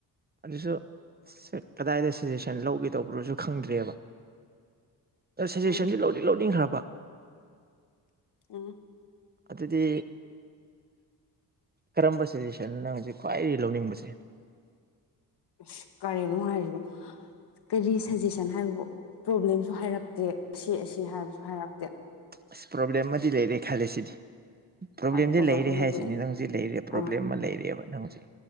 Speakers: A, on the right; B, on the left.
A: ꯑꯗꯨꯁꯨ ꯀꯗꯥꯏꯗ ꯁꯖꯦꯁꯟ ꯂꯧꯒꯦꯇꯧꯕ꯭ꯔꯁꯨ ꯈꯪꯗ꯭ꯔꯦꯕ ꯑ ꯁꯖꯦꯁꯟꯁꯤ
B: ꯎꯝ
A: ꯂꯧꯗꯤ ꯂꯧꯅꯤꯡꯈ꯭ꯔꯕ
B: ꯑꯎ
A: ꯑꯗꯨꯗꯤ ꯀꯔꯝꯕ ꯁꯖꯦꯁꯟꯅ ꯍꯧꯖꯤꯛ ꯈ꯭ꯋꯥꯏꯗꯒꯤ ꯂꯧꯅꯤꯡꯕꯁꯦ
B: ꯑ ꯀꯔꯤꯅꯣ ꯍꯥꯏꯔꯤꯕ ꯀꯔꯤ ꯁꯖꯦꯁꯟ ꯍꯥꯏꯕꯕꯨ ꯄ꯭ꯔꯣꯕ꯭ꯂꯦꯝꯁꯨ ꯍꯥꯏꯔꯛꯇꯦ ꯑꯁꯤ ꯑꯁꯤ ꯍꯥꯏꯕꯁꯨ ꯍꯥꯏꯔꯦ
A: ꯑꯥꯁ ꯄ꯭ꯔꯣꯕꯂꯦꯝ ꯑꯃꯗꯤ ꯂꯩꯔꯦ ꯈꯜꯗꯦꯁꯤꯗꯤ
B: ꯑꯗꯨꯝ
A: ꯄ꯭ꯔꯣꯕ꯭ꯂꯦꯝꯁꯦ
B: ꯄ꯭ꯔꯣꯕ꯭ꯂꯦꯝ
A: ꯂꯩꯔꯦ
B: ꯑꯃ
A: ꯍꯥꯏꯁꯤꯅꯤ
B: ꯂꯩ
A: ꯅꯪ ꯍꯧꯖꯤꯛ ꯂꯩꯔꯦ ꯄ꯭ꯔꯣꯕ꯭ꯂꯦꯝ
B: ꯑꯥ
A: ꯑꯃ ꯂꯩꯔꯦꯕ ꯅꯪ ꯍꯧꯁꯤꯛ